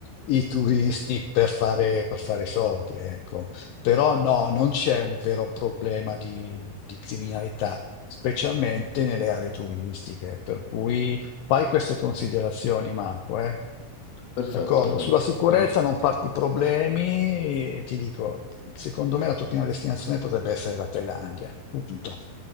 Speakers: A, on the left; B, on the left.
A: i turisti per fare, per fare soldi, ecco. Però no, non c'è un vero problema di, di criminalità, specialmente nelle aree turistiche. Per cui fai queste considerazioni, Marco, eh.
B: perfetto.
A: D'accordo,
B: veramente.
A: sulla sicurezza
B: Non-
A: non farti problemi e ti dico, secondo me la tua prima destinazione potrebbe essere la Thailandia. Punto.